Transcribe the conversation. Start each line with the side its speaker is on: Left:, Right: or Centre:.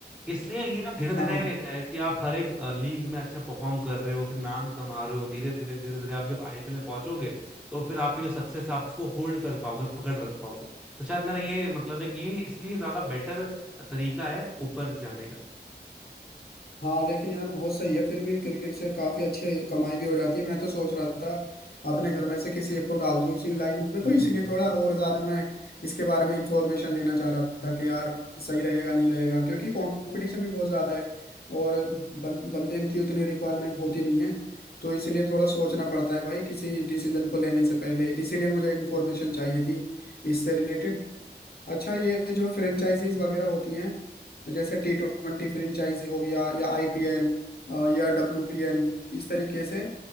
Centre: इसलिए ये ना धीरे धीरे
Left: हाँ
Centre: है कि आप हर एक अ, लीग में अच्छा परफॉर्म कर रहे हो फिर नाम कमा रहे हो धीरे धीरे धीरे धीरे आप जब आईपीएल में पहुंचोगे तो फिर आपकी जो सक्सेस है आप उसको होल्ड कर पाओगे पकड़ रख पाओगे तो शायद मेरा ये मतलब है कि ये इसलिए ज्यादा बेटर तरीका है ऊपर जाने
Left: हाँ लेकिन यार बहुत सही है फिर भी क्रिकेट से काफी अच्छे कमाई भी हो जाती है मैं तो सोच रहा था अपने घर में से किसी एक को डाल दूं इसी लाइन में तो
Centre: का
Left: इसलिए थोड़ा और ज्यादा मैं इसके बारे में इंफॉर्मेशन लेना चाह रहा था कि यार सही रहेगा नहीं रहेगा क्योंकि कंपटीशन भी बहुत ज्यादा है और बं, बंदे की उतनी रिक्वायरमेंट होती नहीं है तो इसलिए थोड़ा सोचना पड़ता है भाई किसी डिसीजन को लेने से पहले इसीलिए मुझे इन्फॉर्मेशन चाहिए थी इससे रिलेटेड अच्छा
Centre: <laughs>
Left: ये जो फ्रेंचाइजीज वगैरह होती हैं जैसे टी ट्वेंटी फ्रेंचाइजी हो गया या आईपीएल या डब्ल्यूपीएल इस तरीके से